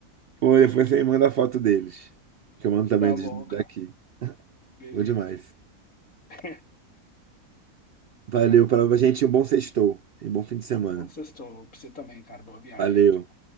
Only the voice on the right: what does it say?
Foi, depois você manda a foto deles, que eu mando também
dos-
daqui.
Bom demais.
Valeu,
para a gente. Um bom sextou e um bom fim de semana.
Valeu.